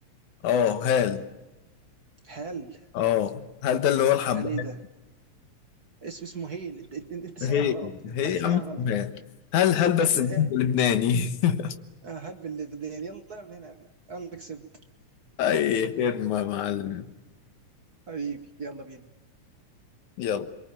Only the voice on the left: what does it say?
اه هال
اه هل ده اللي هو الحبهان
هي
هي
يا
عم اسمها
هال هل هل بس
بلبناني
<laughs>
أي خدمة يا معلم
يلا